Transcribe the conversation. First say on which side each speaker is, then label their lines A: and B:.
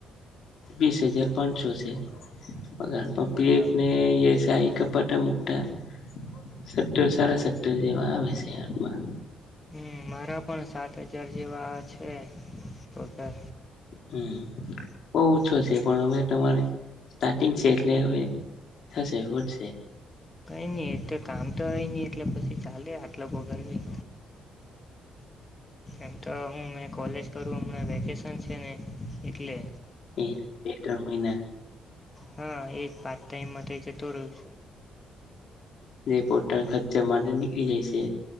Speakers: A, on the left; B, on the left.
A: વીસ હજાર પાંનસો સે. <inaudible> પગાર પર
B: બરાબર
A: પી એફ ને એ સાઈ. કપાટા મુકતા સટ્ટર સારા સટ્ટર જેવા આવે છે હાતમા.
B: હમ મારા પણ સાત હજાર જેવા છે. પગાર
A: હમ બો ઓછો છે પણ હવે તમારે સ્ટાર્ટિંગ છે એટલે હવે થશે વધશે.
B: કઈ ની એ તો કામ તો હોય ની. એટલે પછી ચાલે આટલો પગાર બી. એમ તો હું મેં કોલેજ કરું હમણાં વેકેશન છે ને એટલે.
A: એ બે ત્રણ મહિના.
B: હા એ જ પા ટાઈમ માટે કે જતો રહો છુ
A: રીપોર્ટ ટા ખર્ચા માટે નીકળી જાય સ એ.